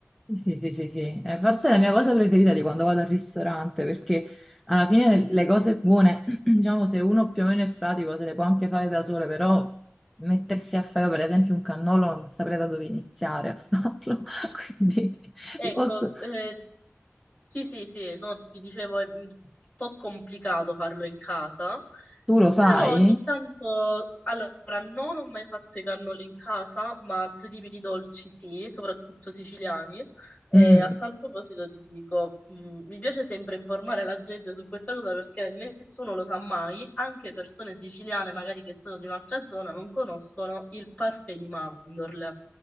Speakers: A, in the centre; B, on the left.
A: Sì, sì, sì, sì. Eh, forse è la mia cosa preferita di quando vado al ristorante, perché alla fine le cose buone, <clears throat> diciamo, se uno più o meno è pratico, se le può anche fare da sole, però mettersi a fare, io, per esempio, un cannolo, non saprei da dove iniziare a farlo. <laughs> Quindi,
B: Ecco,
A: posso-
B: eh, sì, sì, sì, no, ti dicevo è un po' complicato farlo in casa,
A: tu lo fai?
B: però ogni tanto, allora, non ho mai fatto i cannoli in casa, ma altri tipi di dolci sì, soprattutto siciliani. E
A: Mm.
B: a tal proposito ti dico, mh, mi piace sempre informare la gente su questa cosa perché nessuno lo sa mai, anche persone siciliane magari che sono di un'altra zona non conoscono il parfait di mandorle.